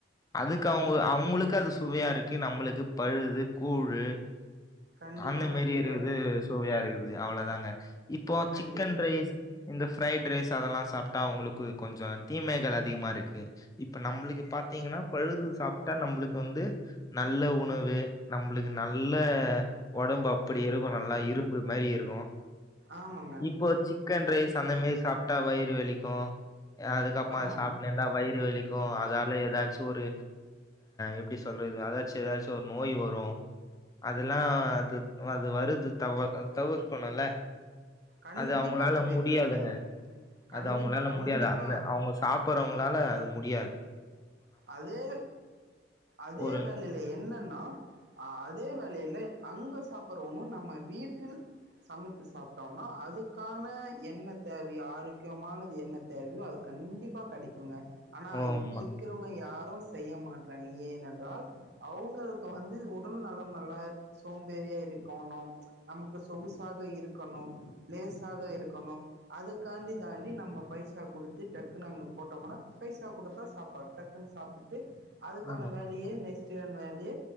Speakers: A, on the left; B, on the right.
A: அதுக்கு அவங்க அவங்களுக்கு அது சுவையா இருக்கு நம் நம்புளுக்கு பழுது கூலு
B: கண்டிப்பா
A: அந்த மாரி
B: கண்டிப்பா
A: இருக்குது
B: கண்டி
A: சுவையா இருக்குது அவ்வளோதாங்க இப்போ
B: கண்டி
A: சிக்கன் ரைஸ் இந்த ப்ரைட் ரைஸ் அதெல்லாம் சாப் டா அவங்களுக்கு கொஞ்சம் தீமைகள் அதிகமா இருக்கு இப்ப நம்மளுக்கு பார்த்தீங்கன்னா பழுது சாப் நம்பளுக்கு வந்து நல்ல உணவு நம்பளுக்கு நல்ல உடம்பு அப்படி இருக்கும் நல்லா இரும்பு மாரி இருக்கும்
B: ஆமாங்க
A: இப்போ சிக்கன் ரைஸ் அந்த மாரி சாப் ட்டா வயிறு வலிக்கும் அதுக்கப்பறம்
B: ஆமாங்க
A: அத சாப்பிடே இருந்தா வயிறு வழிக்கும் அதால ஏதாச்சும் ஒரு எப்படி சொல்ற அதச்ச ஏதாச்சும் ஒரு நோய் வரும் அதெல்லாம் அது வருது தவ தவிர் சென்னல
B: கண்டிப்பா
A: அது அவங்களால
B: தவிர்க்கணுங்க
A: முடியாதுங்க அது
B: கண்டிப்பா
A: அவங்களால
B: கண்டிப்பா
A: முடியாது அந்த அவங்க சாப்பிடறவங்களால அது முடியாது உம்
B: அதே அதே
A: ஒரு
B: வேலையில என்னன்னா அதே வேலையில அங்க சாப்படுறவன்னும் நம்ம வீட்டில் சமைத்து சாப் ம்னா அதுக்கான என்ன தேவையோ ஆரோக்கியமானது என்ன தேவையோ அது கண்டிப்பா கிடைக்குங்க ஆனா
A: ஓ!
B: இப்ப
A: ஆமா.
B: இரு யாரும் செய்ய மாட்டறாங்க ஏனென்றால் அவங்களுக்கு வந்து ஒரு <unintelligible> சோம்பேறியா இருக்கோணும் நமக்கு சொகுசாக இருக்கணும் லேசாக இருக்கணும் அது தாண்டி தாண்டி நம்ம பைசா குடுத்து டக்கு நா அங்க போட்டோம்னா பைசா குடுத்தா சாப்பாடு டக்குன்னு சாப்பிட்டு அதுக்கான
A: ஆமாங்க,
B: வேலையே
A: ஆமாங்க.
B: நெக்ஸ்ட் வே இதுவே